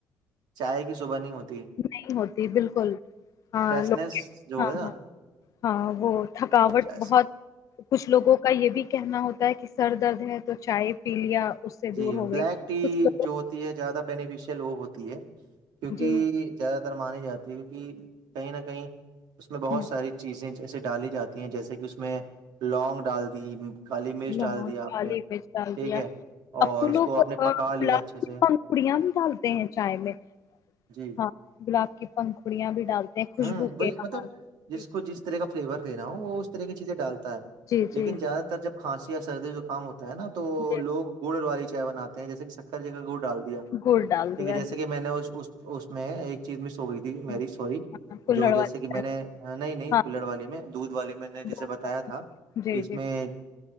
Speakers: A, on the right (about 80°); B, on the left (about 50°).
A: چائے کی صبح نہیں ہوتی
B: نہیں ہوتی بالکل ہاں
A: فریشنیس
B: لوک
A: جو
B: ہاں
A: ہے نا
B: ہاں ہاں وہ تھکاوٹ
A: چائے سے
B: بہت کچھ لوگوں کا یہ بھی کہنا ہوتا ہے کہ سر درد ہے تو چائے پی لیا اس سے
A: جی
B: دور ہو
A: بلیک
B: گئی
A: ٹی
B: کچھ لوگوں
A: جو ہوتی ہے زیادہ بینیفیشیل وہ ہوتی ہے کیونکہ
B: جی
A: زیادہ تر مانے جاتے کیک کہ کہیں نہ کہیں اس میں بہت
B: ہوں،
A: ساری چیزیں جسے ڈالی جاتی ہیں جیسے کہ اس میں لونگ ڈال دی کالی مرچ
B: لونگ
A: ڈال دیا آپ
B: کالی
A: نے
B: مرچ ڈال
A: ٹھیک
B: دیا
A: ہے
B: اب
A: اور
B: تو لوگ
A: اس کو آپ نے پکا لیا
B: گلاب
A: اچھے سے
B: کی پنگڑیاں بھی ڈالتے ہیں چائے میں
A: جی
B: ہاں گلاب کی پنکھڑیا بھی ڈالتے ہیں خوشبو
A: ہوں
B: کے
A: وہی
B: ہمارے
A: مطلب جس
B: جی
A: کو جس طرح کا فلیور لینا ہو وہ اس طرح کی چیزیں ڈالتا ہے
B: جی
A: لیکن
B: جی
A: زیادہ تر جب کھانسی یا سردی جو کام ہوتا ہے نا تو
B: جی
A: لوگ گڑ والی جناات جیسے کہ شکر جگہ گوڑ ڈال دیا
B: گڑ ڈال
A: ٹھیک
B: دیا
A: ہے جیسے
B: جی
A: کہ میں نے اس میں ایک چیز م ہو گئی تھی میری
B: ہاں
A: سوری
B: ہاں، کلہڑ
A: جو جیسے
B: والی
A: کہ میں
B: چائے،
A: نے نہیں نہیں
B: ہاں
A: کولر والے میں دودھ والے میں نے جیسے
B: دودھ
A: بتایا
B: ڈال
A: تھا کہ
B: دیا، جی
A: اس
B: جی
A: میں